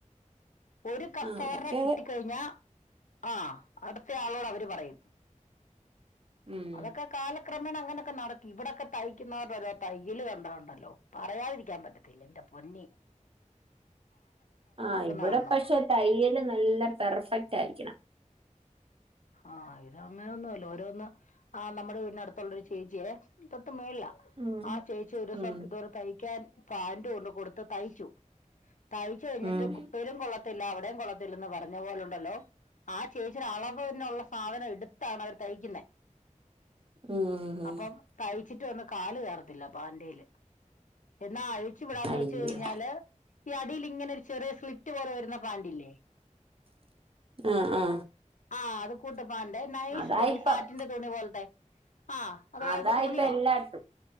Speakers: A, on the left (about 70°); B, on the right (about 45°).
A: ഒരു കസ്റ്റമറിനെ
B: ആ അതൊക്കെ
A: കിട്ടിക്കഴിഞ്ഞാ
B: അതെ
A: ആ അടുത്ത ആളോട് അവര് പറയും
B: ഉം
A: അതൊക്കെ കാലക് ക്രമേണ അങ്ങനൊക്കെ നടക്കും ഇവിടൊക്കെ തയ്ക്കുന്നവരരോ തയ് യ്യലു കണ്ടാലുണ്ടല്ലോ പറയാതിരിക്കാൻ പറ്റത്തില്ല എന്റെ പൊന്നേ
B: ആ ഇവിടെ
A: കാണണം
B: പക്ഷേ തയ്യല് നല്ല പെർഫെക്റ്റ് ആയിരിക്കണം
A: ആഹ് ഇത് അങ്ങനൊന്നുംഅല്ല ഓരോന്ന് ആ നമ്മുടെ വീട് ടിന് അടുത്തുള്ളൊരു ചേച്ചിയെ തൊട്ട് മെളില
B: ഉം
A: ആ ചേച്ചി ഒരു ദിവസം
B: ഉം
A: ഇതുപോലെ തയ്ക്കാൻ പാന്റ് കൊണ്ട് കൊടുത്ത് തയ്ച്ചു തയ്ച്ച് കഴിഞ്ഞിട്ട്
B: ഉം
A: കുപ്പേലും കൊള്ളത്തില്ല അവിടെ യും കൊള്ളത്തില്ലന്ന് പറഞ്ഞ പോലുണ്ടല്ലോ ആ ചേച്ചി അളവിന്നുള്ള സാധനം എടുത്താണ് അവർ തയ്ക്കുന്നെ
B: ഉം
A: അപ്പം തയ്ച്ചിട്ട് വന്ന്‌ കാല് കേറത്തില്ല പാന്റെല് എന്നാ അഴിച്ചു വിടാന്ന്
B: അയ്യ
A: വെച്ച് കഴിഞ്ഞാല് ഈ അടിൽ ഇങ്ങനെ ഒരു ചെറിയ സ്ലിറ്റ് പോലെ വരുന്ന പാന്റില്ലേ.
B: ആ ആ
A: ആ അത് കുട്ടിപ്പാന്റെ നൈസ്
B: അതായിപ്പം
A: തുണി സാറ്റിന്റെ തുണി പോലത്തെ ആ അതുപോലത്തെ
B: അതായിപ്പം
A: തുണിയോ
B: എല്ലായിടത്തും